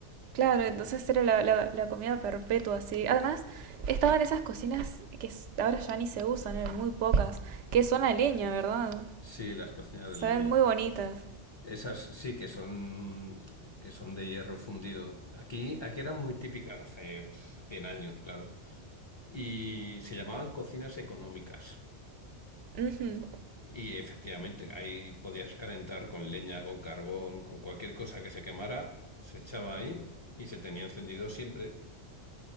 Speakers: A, on the right; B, on the left.
A: Claro, entonces era la, la- la comida perpetua, así. Además, estaban esas cocinas que s- ahora ya ni se usan, eran muy pocas, que son a leña, ¿verdad?
B: Sí, las cocinas de
A: Se
B: leña.
A: ven muy bonitas.
B: Esas sí que son, que son de hierro fundido. Aquí, aquí eran muy típicas hace pf, 100 años, claro. Y se llamaban cocinas económicas.
A: Ujú.
B: Y efectivamente, ahí podías calentar con leña, con carbón, con cualquier cosa que se quemara, se echaba ahí y se tenía encendido siempre.